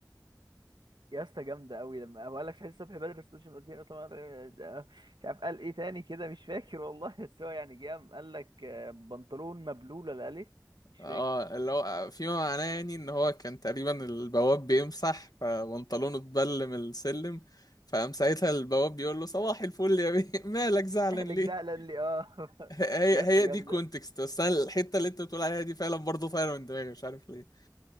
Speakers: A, on the right (about 85°); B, on the left (about 60°).
A: يا اسطى جامده قوي لما هو قال لك شهيد الصبح بدر السوشيال ميديا اصلا أنا- مش عارف قال ايه تاني كده مش فاكر والله <laughs> بس هو يعني جه قام قال لك آه، بنطلون مبلول ولا قال ايه مش
B: اه
A: فاكر
B: اللي هو فيما معناه يعني ان هو كان تقريبا البواب بيمسح فبنطلونه اتبل من السلم فقام ساعتها البواب بيقول له صباح الفل يا بيه <laughs> مالك
A: <laughs>
B: زعلان
A: اهلك
B: ليه
A: ده قال لي اه <laughs>
B: هي
A: يا
B: هي
A: اسطى جامده
B: دي كونتكست بس انا الحته اللي انت بتقول عليها دي فعلا برضه فعلا من دماغي مش عارف ليه